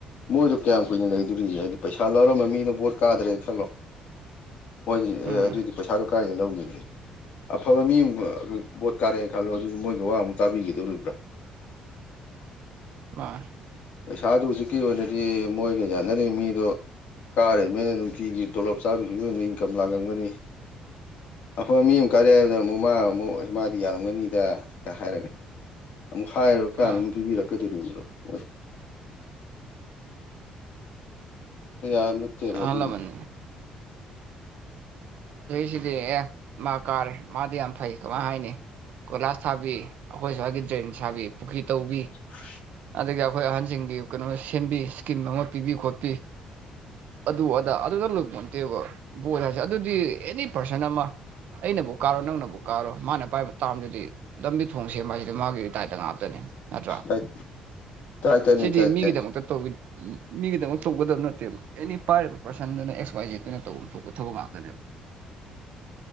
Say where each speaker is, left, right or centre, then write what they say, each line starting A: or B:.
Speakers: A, on the left (about 65°); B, on the right (about 70°).
A: ꯃꯣꯏꯗꯣ ꯀꯌꯥꯝ ꯀꯨꯏꯅ ꯂꯩꯗꯣꯔꯤꯒꯦ ꯍꯥꯏꯗꯤ ꯄꯩꯁꯥ ꯂꯧꯔꯝꯕ ꯃꯤꯅꯣ ꯚꯣꯠ ꯀꯥꯗ꯭ꯔꯦꯅ ꯈꯜꯂꯣ ꯃꯣꯏꯗꯤ
B: ꯎꯝ
A: ꯑꯦ ꯑꯗꯨꯏꯗꯤ ꯄꯩꯁꯥꯗꯨꯣ ꯀꯥꯏꯗꯩ ꯂꯧꯒꯗꯣꯏꯅꯣ ꯑꯐꯕ ꯃꯤ ꯑꯃꯨꯛ ꯕꯣꯠ ꯀꯥꯔꯦꯅ ꯈꯜꯂꯣ ꯑꯗꯨꯁꯨ ꯃꯣꯏꯒꯤ ꯋꯥꯃꯨꯛ ꯇꯥꯕꯤꯒꯗꯧꯔꯤꯕ꯭ꯔ <inaudible>
B: ꯃꯥꯅꯦ
A: ꯄꯩꯁꯥꯗꯨ ꯍꯧꯖꯤꯛꯀꯤ ꯑꯣꯏꯅꯗꯤ ꯃꯣꯏꯒ ꯌꯥꯅꯔꯤ ꯃꯤꯗꯣ ꯀꯥꯔꯤꯃꯤꯅ ꯅꯨꯡꯇꯤꯒꯤ ꯇꯣꯂꯣꯞ ꯆꯥꯕꯩ ꯐꯤꯕꯝꯗ ꯏꯟꯀꯝ ꯂꯥꯡꯂꯝꯒꯅꯤ ꯑꯐꯕ ꯃꯤ ꯑꯃ ꯀꯥꯔꯦ ꯍꯥꯏꯕꯗꯅ ꯑꯃꯨꯛ ꯃꯥ ꯑꯃꯨꯛ ꯃꯥꯗꯤ ꯌꯥꯔꯝꯒꯅꯤꯗ ꯒ ꯍꯥꯏꯔꯒ ꯑꯃꯨꯛ ꯍꯥꯏꯔꯨ ꯀꯥꯟ
B: ꯃꯥꯅꯦ
A: ꯄꯤꯕꯤꯔꯛ ꯀꯗꯧꯔꯤꯕꯔꯣ <inaudible>
B: ꯑꯁ
A: ꯑꯗꯨꯒꯤꯗꯤ
B: ꯑꯍꯂꯃꯟ ꯁꯤꯗꯤ ꯑꯦ ꯃꯥ ꯀꯥꯔꯦ ꯃꯥꯗꯤ ꯌꯥꯝ ꯐꯩ ꯀꯃꯥꯏ ꯍꯥꯏꯅꯤ ꯀꯣꯏꯂꯥꯁ ꯊꯥꯕꯤ ꯑꯈꯣꯏ ꯁ꯭ꯋꯥꯏꯒꯤ ꯗ꯭ꯔꯦꯟ ꯁꯥꯕꯤ ꯄꯨꯈ꯭ꯔꯤ ꯇꯧꯕꯤ
A: <inaudible>
B: ꯑꯗꯒꯤ ꯑꯈꯣꯏ ꯑꯍꯟꯁꯤꯡꯒꯤ ꯀꯩꯅꯣ ꯁꯦꯝꯕꯤ ꯏꯁꯀꯤꯝ ꯑꯃ ꯄꯤꯕꯤ ꯈꯣꯠꯄꯤ ꯑꯗꯨ ꯑꯗꯥ ꯑꯗꯨꯗ ꯂꯣꯏꯄꯣꯟ ꯇꯦꯕ ꯕꯣꯠ ꯍꯥꯏꯁꯦ ꯑꯗꯨꯗꯤ ꯑꯦꯅꯤ ꯄꯥꫪꯁꯟ ꯑꯃ ꯑꯩꯅꯕꯨ ꯀꯥꯔꯣ ꯅꯪꯅꯕꯨ ꯀꯥꯔꯣ ꯃꯥꯅ ꯄꯥꯏꯕ ꯇꯥꯝꯗꯨꯗꯤ ꯂꯝꯕꯤ ꯊꯣꯡ ꯁꯦꯝꯕ ꯍꯥꯏꯁꯤꯗ ꯃꯥꯒꯤ ꯗꯥꯏꯇ ꯉꯥꯛꯇꯅꯤ ꯅꯠꯇ꯭ꯔꯥ
A: ꯗꯥꯏꯠ ꯗꯥꯏꯇꯅꯤ
B: ꯁꯤꯗꯤ
A: ꯗꯥꯏꯇꯅꯤ
B: ꯃꯤꯒꯤꯗꯃꯛꯇ ꯇꯧꯕꯤ ꯃꯤꯒꯤꯗꯃꯛ ꯇꯧꯒꯗꯕ ꯅꯠꯇꯦꯕ ꯑꯦꯅꯤ ꯄꯥꯏꯔꯤꯕ ꯄꯥꯔꯁꯟꯗꯨꯅ ꯑꯦꯛꯁ ꯋꯥꯏ ꯖꯦꯠꯇꯨꯅ ꯇꯧ ꯊꯣꯛꯄ ꯊꯕꯛ ꯉꯥꯛꯇꯅꯦꯕ
A: <inaudible>